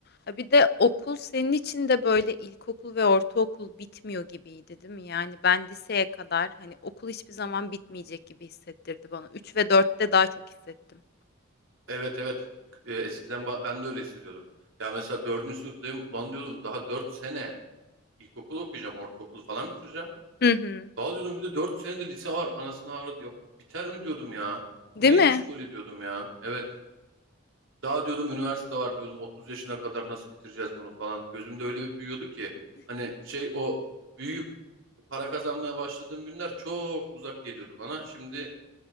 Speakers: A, on the left; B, on the right.
A: Ha bir de okul senin için de böyle ilkokul ve ortaokul bitmiyor gibiydi, değil mi? Yani ben liseye kadar hani okul hiçbir zaman bitmeyecek gibi hissettirdi bana. 3 ve dörtte daha çok hissettim.
B: Evet evet. E, eskiden ba- ben de öyle hissediyordum. Ya mesela dördüncü sınıftayım. Lan diyordum daha dört sene ilkokulu okuyacağım. Ortaokulu falan bitireceğim.
A: Hı hı.
B: Daha diyordum bir de dört sene de lise var. Anasını avradı. Ya biter mi diyordum ya.
A: Değil
B: Bu neymiş
A: mi?
B: böyle diyordum ya. Evet. Daha diyordum üniversite var diyordum. otuz yaşına kadar nasıl bitireceğiz bunu falan. Gözümde öyle bir büyüyordu ki. Hani şey o büyüyüp para kazanmaya başladığım günler çok uzak geliyordu bana. Şimdi